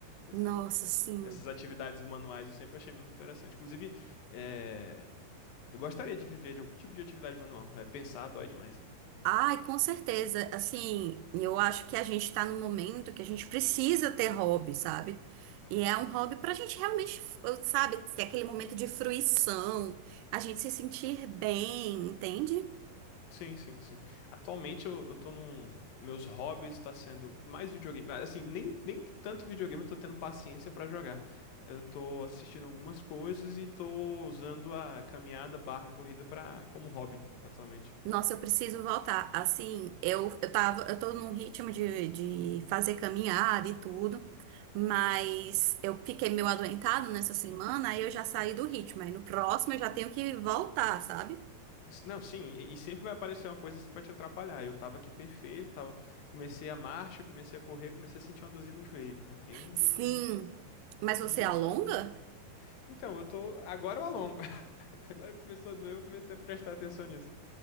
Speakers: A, on the left; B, on the right.
A: assim,
B: Nossa,
A: é,
B: sim.
A: essas atividades manuais eu sempre achei muito interessante, inclusive, é, eu gostaria de viver de algum tipo de atividade manual, é, pensar dói demais.
B: Ai, com certeza. Assim, eu acho que a gente tá num momento que a gente precisa ter hobby, sabe? E é um hobby pra gente realmente, sabe, ter aquele momento de fruição, a gente se sentir bem, entende?
A: Sim, sim, sim. Atualmente eu, eu tô num. Meus hobbies está sendo mais videogame. Ah, Assim, nem, nem tanto videogame eu tô tendo paciência pra jogar. Eu tô assistindo algumas coisas e tô usando a caminhada barra corrida pra, como hobby atualmente.
B: Nossa, eu preciso voltar. Assim, eu, eu tava, eu tô num ritmo de, de fazer caminhada e tudo, mas eu fiquei meio adoentado nessa semana, aí eu já saí do ritmo. Aí no próximo eu já tenho que voltar, sabe?
A: S- Não, sim, e e sempre vai aparecer uma coisa assim pra te atrapalhar. Eu tava aqui perfeito, tava, comecei a marcha, comecei a correr, comecei a sentir uma dorzinha no joelho. Eu fiquei, hum,
B: Sim, mas você
A: hum.
B: alonga?
A: Então, eu tô. Agora eu alongo. <laughs> Agora começou a doer, eu comecei a prestar atenção nisso.